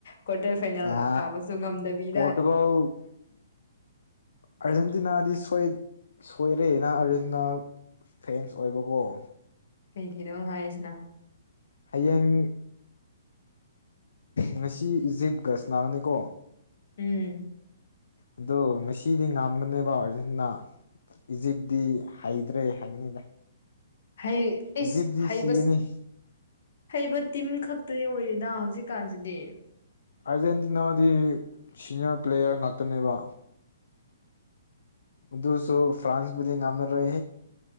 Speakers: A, on the left; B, on the left.
A: ꯀ꯭ꯋꯥꯔꯇꯔ ꯐꯥꯏꯅꯦꯜ
B: ꯑ
A: ꯀꯥꯕꯁꯨ ꯉꯝꯗꯕꯤꯗ
B: ꯄꯣꯔꯇꯨꯒꯜ ꯑꯥꯔꯖꯦꯟꯇꯤꯅꯥꯗꯤ ꯁꯣꯏꯔꯦꯅ ꯑꯥꯔꯖꯦꯟꯇꯤꯅꯥ ꯐꯦꯟꯁ ꯑꯣꯏꯕꯕꯨꯣ
A: ꯀꯩꯒꯤꯅꯣ ꯍꯥꯏꯁꯤꯅ
B: ꯍꯌꯦꯡ ꯉꯁꯤ ꯏꯖꯤꯞ ꯒꯁꯅꯥꯅꯤꯀꯣ
A: ꯎꯝ
B: ꯑꯗꯣ ꯉꯁꯤꯗꯤ ꯉꯝꯒꯅꯦꯕꯁꯤꯟꯅ ꯏꯖꯤꯞꯗꯤ ꯍꯩꯗ꯭ꯔꯦ ꯍꯥꯏꯒꯅꯤꯗ
A: ꯑꯩꯁ
B: ꯏꯖꯤꯞꯇꯤ
A: ꯍꯥꯏꯕ
B: ꯁꯤꯒꯅꯤ
A: ꯍꯩꯕ ꯇꯤꯝ ꯈꯛꯇꯅꯤ ꯑꯣꯏꯔꯤꯗ ꯍꯧꯖꯤꯛꯀꯥꯟꯁꯤꯗꯤ
B: ꯑꯥꯔꯖꯦꯟꯇꯤꯅꯥꯗꯤ ꯁꯤꯅꯤꯌꯔ ꯄ꯭ꯂꯦꯌꯔ ꯉꯥꯛꯇꯅꯦꯕ ꯗꯨ ꯁ ꯐ꯭ꯔꯥꯟꯁꯕꯨꯗꯤ ꯅꯝ ꯔꯦ